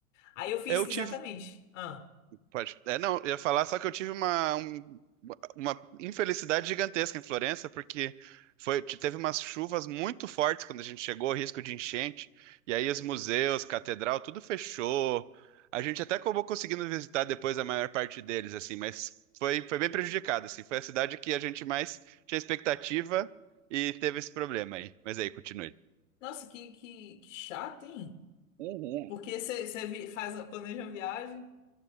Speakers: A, on the left (about 50°); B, on the right (about 55°).
A: Aí eu fiz
B: Eu
A: exatamente.
B: tive.
A: Ah,
B: Pode. É, não, eu ia falar só que eu tive uma, um- uma infelicidade gigantesca em Florença, porque foi, teve umas chuvas muito fortes quando a gente chegou, risco de enchente. E aí os museus, catedral, tudo fechou. A gente até acabou conseguindo visitar depois a maior parte deles, assim, mas foi, foi bem prejudicado, assim. Foi a cidade que a gente mais tinha expectativa e teve esse problema aí. Mas aí, continue.
A: nossa, que, que, que chato, hein?
B: Uhum.
A: Porque você faz, planeja uma viagem,